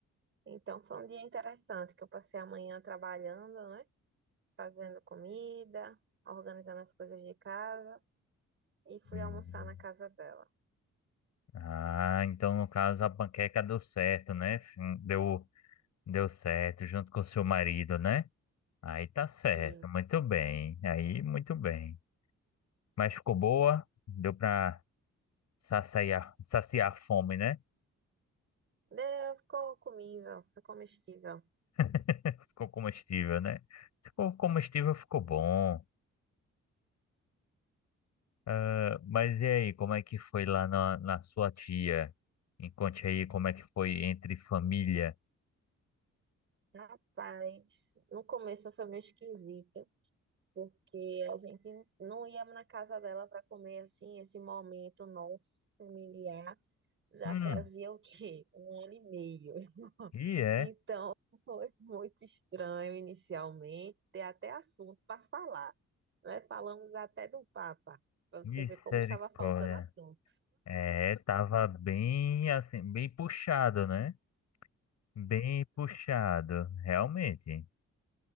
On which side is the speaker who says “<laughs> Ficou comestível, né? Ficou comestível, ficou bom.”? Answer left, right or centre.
Left